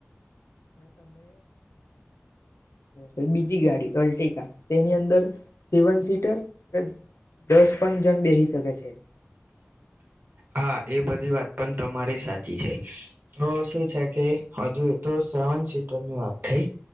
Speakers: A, on the left; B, on the right.
A: અને તમને બ બીજી ગાડી અલ્ટિકાા. તેની અંદર સેવન સીટર કે દસ પણં જણ બેહી શકે છે.
B: હા એ બધી વાત પણ તમારી સાચી છે, તો શું છે કે હજુ એ તો સેવન સીટરની વાત થઈ,